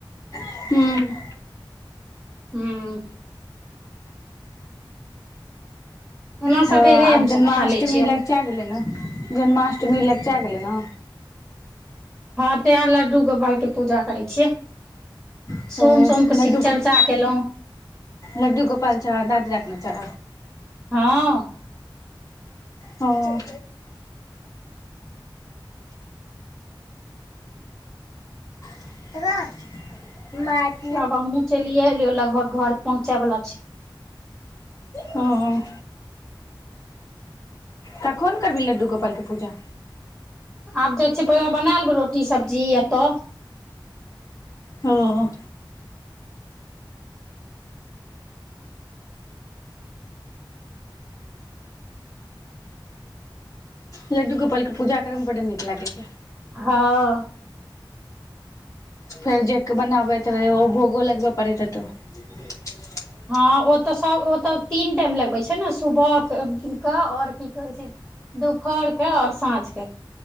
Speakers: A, on the left; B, in the centre.
A: हूँम्म।
B: हँम्म। ओना
A: हँ
B: सवेरे
A: आब
B: हमसभ
A: जन्माष्टमी
B: खा लै छियै
A: लगचीया गेलै न, जन्माष्टमी लगचीया गेलै न?
B: हँ, तैं लड्डू गोपाल के पूजा करै छियै।
A: ह्म्म
B: सोम सोमके
A: लड्डू
B: शिव चर्चा
A: गोप,
B: केलहुँ
A: लड्डू गोपाल छाई, दादू राखने छै।
B: हँ।
A: हॉं। <unintelligible> <unintelligible>
B: आब हमहुँ चैलिये एलियौ लगभग घर पहुँचै बला
A: हँम्म। कखन करबिही लड्डू गोपाल के पूजा?
B: आब जाइ छियै पहिले बना लेबै रोटी सब्जी, आ तऽ
A: हॉं। लड्डू गोपाल के पूजा करऽ में बड नीक लागै छै।
B: हँ।
A: फेर जे बनाबैत रहै, ओ भोगो लगबऽ पड़ैत हेतौ? <inaudible>
B: हँ ओ तऽ सब ओ तऽ तीन टाइम लगबै छै न, सुबह क-क ओर की कहै छै? दुपहर क और साँझ क।